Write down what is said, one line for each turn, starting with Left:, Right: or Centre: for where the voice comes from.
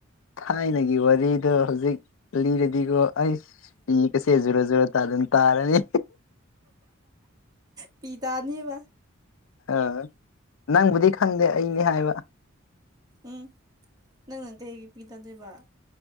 Left: ꯊꯥꯏꯅꯒꯤ ꯋꯥꯔꯤꯗꯣ ꯍꯧꯖꯤꯛ ꯂꯤꯔꯗꯤꯀꯣ ꯑꯩꯁ ꯃꯤ ꯀꯁꯤꯖꯔꯖꯨꯔ ꯇ ꯑꯗꯨꯟ ꯇꯥꯔꯅꯤ
Right: ꯄꯤ ꯇꯥꯅꯤꯕ
Left: ꯑꯥ ꯅꯪꯕꯨꯗꯤ ꯈꯪꯗꯦ ꯑꯩꯅꯤ ꯍꯥꯏꯕ
Right: ꯎꯝ ꯅꯪꯅ ꯀꯩꯒꯤ ꯄꯤꯗꯗꯣꯏꯕ